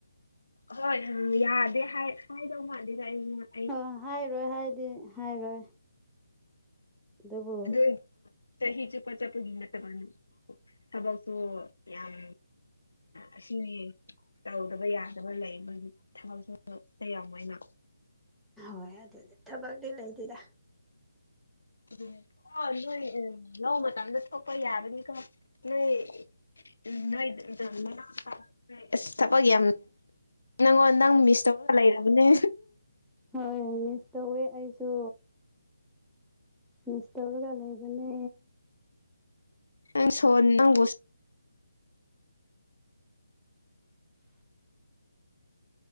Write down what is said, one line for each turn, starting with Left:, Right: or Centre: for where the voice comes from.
Left: ꯍꯣꯏ ꯌꯥꯗꯦ ꯍꯥꯏꯗꯧ ꯃꯥꯟꯗꯦꯗ ꯑꯩ
Centre: ꯑꯣ ꯍꯥꯏꯔꯣꯏ ꯍꯥꯏꯗꯤ ꯍꯥꯏꯔꯣꯏ ꯑꯗꯨꯕꯨ
Left: ꯑꯗꯨ ꯆꯍꯤ ꯆꯨꯞꯄ ꯆꯠꯄꯒꯤ ꯅꯠꯇꯕ ꯊꯕꯛꯁꯨ ꯌꯥꯝ ꯑꯁꯤꯅꯤ ꯇꯧꯗꯕ ꯌꯥꯏ ꯗꯕ ꯂꯩ ꯃꯣꯏꯗꯤ ꯊꯕꯛ <unintelligible> ꯌꯥꯝꯃꯣꯏꯅ
Centre: ꯍꯣꯏ ꯑꯗꯨꯗꯤ ꯊꯕꯛꯇꯤ ꯂꯩꯇꯦꯗ
Left: <unintelligible> ꯑꯣ ꯅꯣꯏ ꯂꯧꯃꯇꯝꯗ ꯊꯣꯛꯄ ꯌꯥꯕꯅꯤꯀꯣ ꯅꯣꯏ ꯎꯝ ꯅꯣꯏ <unintelligible> ꯏꯁ ꯊꯕꯀ ꯌꯥꯝ ꯅꯪꯉꯣꯟ ꯅꯪ ꯃꯤꯁ ꯇꯧꯔꯒ ꯂꯩꯔꯕꯅꯦ
Centre: ꯍꯣꯏ ꯇꯧꯋꯦ ꯑꯩꯁꯨ ꯃꯤꯁ ꯇꯧꯔꯒ ꯂꯩꯕꯅꯦ
Left: <unintelligible>